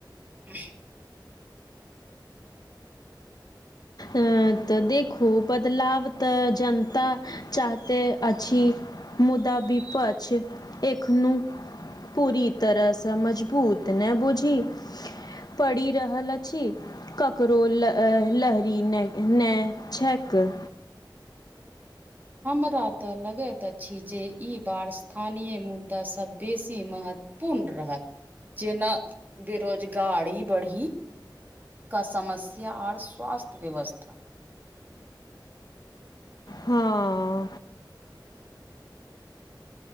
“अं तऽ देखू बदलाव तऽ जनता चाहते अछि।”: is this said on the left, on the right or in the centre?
Left